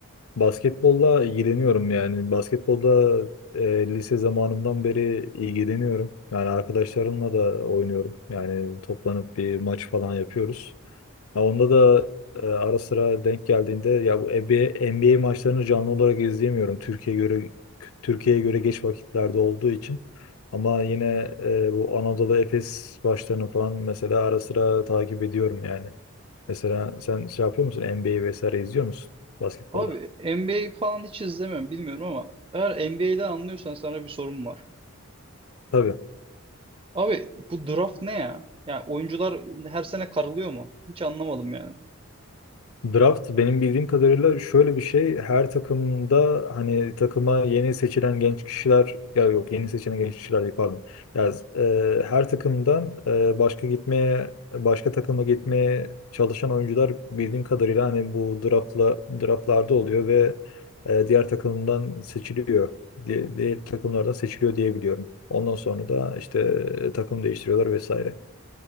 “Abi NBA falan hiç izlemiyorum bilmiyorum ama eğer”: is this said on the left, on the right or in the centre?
Right